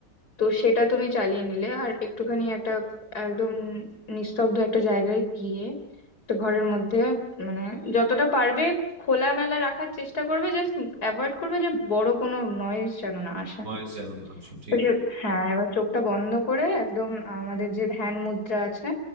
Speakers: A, on the left; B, on the right.
A: তো সেটা তুমি চালিয়ে নিলে আর একটুখানি একটা একদম নিস্তব্ধ একটা জায়গায় গিয়ে একটা ঘরের মধ্যে মানে যতটা পারবে খোলামেলা রাখার চেষ্টা করবে জাস্ট অ্যাভয়েড করবে যে বড় কোনো নয়েজ যেন না আসে
B: বয়স জানি না অবশ্য, ঠিক
A: তো সে- হ্যাঁ এবার চোখটা বন্ধ করে একদম আমাদের যে ধ্যান মুদ্রা আছে